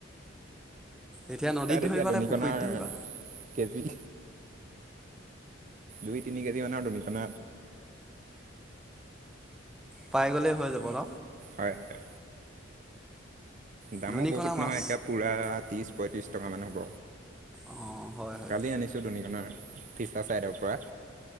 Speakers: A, in the centre; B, on the right.
A: এতিয়া নদীত
B: তাত এতিয়া
A: ধৰিবা
B: দনিকণাৰ
A: নে পুখুৰীত ধৰিবা
B: কেজি দুই-তিনি কেগি মানৰ দনিকণ
A: পাই গ'লেই হৈ যাব ন!
B: হয় হয় দামো
A: ধনিকণা
B: বহুত
A: মাছ
B: নহয়, এতিয়া পুৰা ত্ৰিছ পঁয়ত্ৰিছ টকামান হ'ব।
A: অঁ হয় হয়
B: কালি আনিছোঁ দনিকনৰ ফিছা ছাইডৰ পৰা।